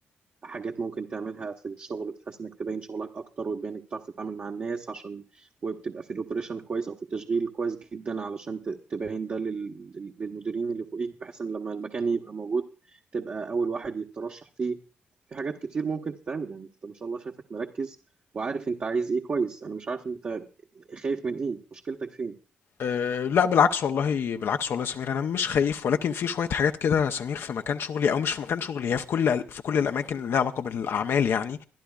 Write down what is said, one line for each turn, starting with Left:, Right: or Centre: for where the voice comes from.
Right: حاجات ممكن تعملها في الشغل بتحس انك تبين شغلك اكتر وتبين انك بتعرف تتعامل مع الناس عشان وبتبقى في الاوبريشن كويس او في التشغيل كويس جدا علشان ت- تبين ده لل- لل- للمديرين اللي فوقيك بحيث ان لما المكان يبقى موجود تبقى اول واحد يترشح فيه في حاجات كتير ممكن تتعمل يعني انت ما شاء الله شايفك مركز وعارف انت عايز ايه كويس انا مش عارف انت خايف من ايه مشكلتك فين
Left: أه لا بالعكس والله بالعكس والله يا سمير انا مش خايف ولكن في شويه حاجات كده يا سمير في مكان شغلي او مش في مكان شغلي هي في كل في كل الاماكن اللي ليها علاقه بالاعمال يعني